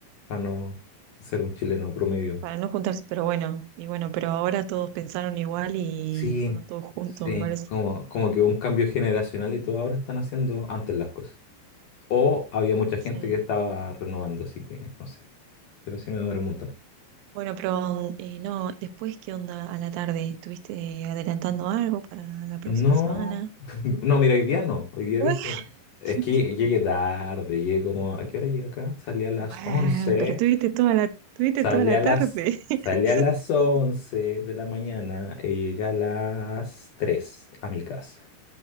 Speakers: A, on the left (about 50°); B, on the right (about 90°).
A: Para no ser un chileno promedio.
B: para no juntarse, pero bueno, y bueno, pero ahora todos pensaron igual y
A: Sí,
B: fueron todos juntos,
A: sí,
B: me parece.
A: como, como que hubo un cambio generacional y todo ahora están haciendo antes las cosas. O había mucha gente
B: Sí.
A: que estaba renovando, así que no sé. Pero sí me duele un montón.
B: Bueno, pero eh, no, después, ¿qué onda a la tarde? ¿Estuviste adelantando algo para la próxima
A: No,
B: semana?
A: <laughs> no, mira, hoy día no. Hoy día
B: Bueno,
A: dije, es
B: <laughs>
A: que llegué tarde, llegué como, ¿a qué hora llegué acá? Salí a las
B: bueno,
A: once
B: pero tuviste toda la, tuviste
A: salí
B: toda la
A: a las,
B: tarde. <laughs>
A: salí a las once de la mañana y llegué a las 3 a mi casa.